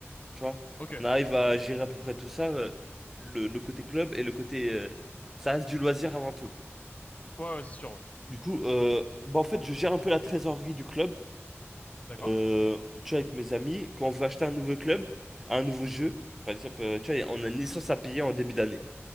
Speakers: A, in the centre; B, on the left.
A: Tu vois,
B: Ok. Ouais,
A: on arrive à gérer à peu près tout ça, euh, le, le côté club et le côté... euh, ça reste du loisir avant tout.
B: ouais, c'est sûr, oui.
A: Du coup, euh, bah en fait, je gère un peu la trésorerie du club.
B: D'accord?
A: Euh, tu vois, avec mes amis, quand on veut acheter un nouveau club, un nouveau jeu, par exemple, euh, tu vois, on a une licence à payer en début d'année.